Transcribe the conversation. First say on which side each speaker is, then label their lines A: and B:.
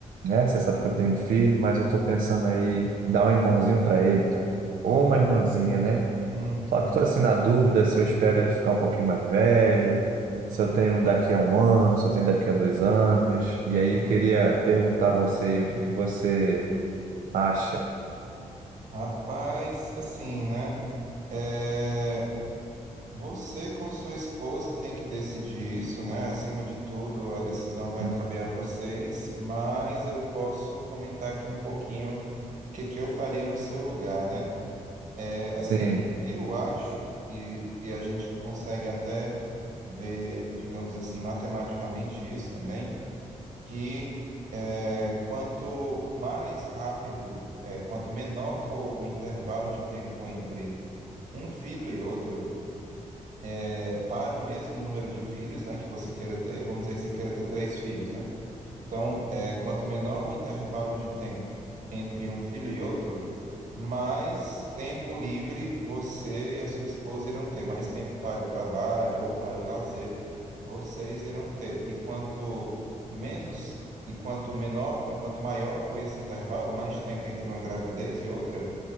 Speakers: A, on the right; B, on the right.
A: né? Você sabe que eu tenho um filho, mas eu tô pensando aí em dar um irmãozinho pra ele, cara. Ou
B: ah,
A: uma irmãzinha, né?
B: uhum,
A: Só que tô assim na dúvida se eu espero ele ficar um pouquinho mais velho, se eu tenho daqui a um ano, se eu tenho daqui a dois anos. E aí
B: uhum.
A: queria perguntar a você aí o que que você acha.
B: Rapaz, assim, né? É, você com sua esposa tem que decidir isso, né? Acima de tudo, a decisão vai
A: Uhum.
B: caber a vocês, mas eu posso comentar aqui um pouquinho o que que eu faria no seu lugar, né? É, assim,
A: Sim.
B: eu acho, e, e a gente consegue até ver, digamos assim, matematicamente isso também, que é, quanto mais rápido, é, quanto menor for o intervalo de tempo entre um filho e outro, é, para o mesmo número de filhos, né, que você queira ter, vamos dizer que você queira ter três filhos, né? Então, é, quanto menor o intervalo de tempo entre um filho e outro, mais tempo livre você e a sua esposa irão ter, mais tempo para o trabalho ou para o lazer vocês irão ter. E quanto menos e quanto menor e quanto maior foi esse intervalo, mais tempo entre uma gravidez e outra,